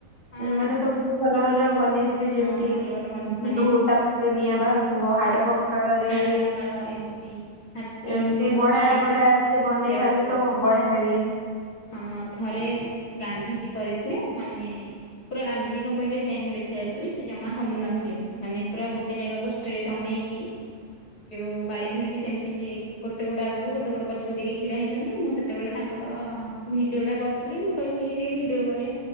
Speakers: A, on the left; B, on the left.
A: ହଁ।
B: ଏ ମାନେ ସବୁ ଭଲ ଭଲ ବନେଇ ଥିବେ ଯେମିତି
A: ହଁ ଭଲ ଭଲ
B: <unintelligible>
A: ମାନେ
B: ତା ପାଟିରେ ନିଆଁ ବାହାରୁଥିବ।
A: ହଁ
B: ହାଡ କଙ୍କାଳରେ
A: ହାଡ
B: ଇଏ
A: କଙ୍କାଳ ଏମିତି ହାତୀ
B: ଏମତି
A: ଶୁଣ୍ଢରୁ
B: ବଢିଆ
A: ପାଣି
B: ବଢିଆ
A: ଛିଞ୍ଚି
B: ସେ
A: ଛିଞ୍ଚି
B: ବନେଇଥାନ୍ତି
A: ଯାଉଥିବ।
B: ତ ବଢିଆ ଲାଗେ।
A: ହଁ ଥରେ ଗାନ୍ଧିଜୀ କରିଥିଲେ ମାନେ ପୁରା ଗାନ୍ଧିଜୀଙ୍କ ପରିକା ସେମ୍ ଦେ ଖାଥିଲେ ସେ ଜମା ହଲୁ ନଥିଲେ, ମାନେ ପୁରା ଗୋ ଟେ ଜାଗାକୁ ଷ୍ଟ୍ରେଟ୍ ଅନେଇକି ଯୋଉ ବାଡି ଧରିକି ସେମିତି ସେ ଗୋଟେ ଗୋଡ ଆଗକୁ ଗୋଟେ ଗୋଡ ପଛକୁ ଦେଇକି ଛିଡା ହେଇ ଚନ୍ତି ମୁଁ ସେତେବେଳେ ତାଙ୍କର ଭିଡିଓ ଟା କରୁଥିଲି ମୁଁ କହିଲି <unintelligible> ଟିକେ ଭିଡିଓ କରିବା।